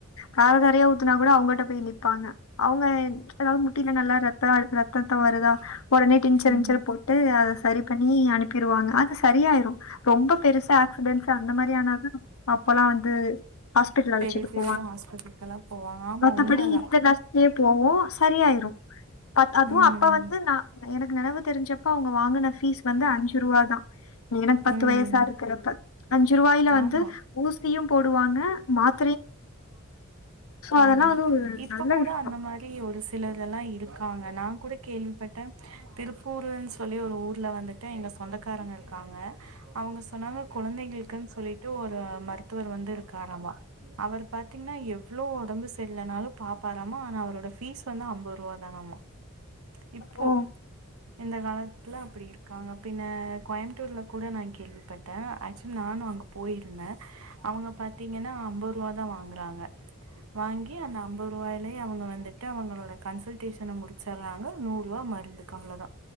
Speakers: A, on the left; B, on the right.
A: தார தாரையா ஊத்துனாக் கூட அவுங்கிட்ட போய் நிப்பாங்க அவுங்க அதாவது முட்டில நல்லா ரத்தொ அழு ரத்தத்தொ வருதா ஒடனே டின்ச்சர்
B: ம்
A: இன்ச்சர்
B: ம்
A: போட்டு அத ச சரி பண்ணி அனுப்பிருவாங்க அது சரியாயிரு ரொம்ப பெருசா ஆக்சிடென்ஸ் அந்த மாரி ஆனாதா அப்பல்லா வந்து ஹாஸ்பிட்டல் அழச்சிட்டு
B: பெரிய பெரிய
A: போவாங்க
B: ஹாஸ்பிட்டலுகெல்லா போவாங்க ஆமா
A: மத்தபடி
B: உண்மதா
A: இந்த நர்ஸ்லயே போவோ சரியாயிரு பத் அதுவு
B: ம்
A: அப்ப வந்து நா எனக் நெனவு தெரிஞ்சப்ப அவுங்க வாங்குன ஃபீஸ் வந்து அஞ்சு ரூபா தான் எனக்கு பத்து
B: ம்
A: வயசா இருக்கரப்பா அஞ்சு ரூபாயில வந்து
B: ஆமா
A: ஊசியும் போடுவாங்க மாத் அதெல்லா
B: ஆமா
A: வந்து ஒரு
B: இப்ப
A: நல்ல
B: கூட
A: விஷயோ
B: அந்த மாரி ஒரு சிலதெல்லாம் இருக்காங்க நான் கூட கேள்விப்பட்டே திருப்பூர்லன்னு சொல்லி ஒரு ஊர்ல வந்துட்டு எங்க சொந்தக்காரங்க இருக்காங்க அவுங்க சொன்னாங்க குழந்தைங்களுக்குன்னு சொல்லிட்டு ஒரு மருத்துவர் வந்து இருக்காரமா அவர் பாத்தீங்கன்னா எவ்வளவு உடம்பு செரியல்லனாலும் பாப்பாராமா ஆனா அவரோட ஃபீஸ் வந்து அம்பது ரூபா தானாமா இப்போ
A: ஓ
B: இந்த காலத்துல அப்டி இருக்காங்க ஹ கோயம்புத்தூர்ல கூட நான் கேள்விப்பட்டேன் ஆக்சுவலி நானும் அங்கே போயிருந்தேன் அவங்க பார்த்தீங்கன்னா அம்பது தா வாங்றாங்க வாங்கி அந்த அம்பது ரூவாயிலய அவுங்க வந்துட்டு அவங்களோட கன்சல்டேஷன முடிச்சுர்றாங்க நூறு ரூபா மருந்துக்கு அவ்ளோ தா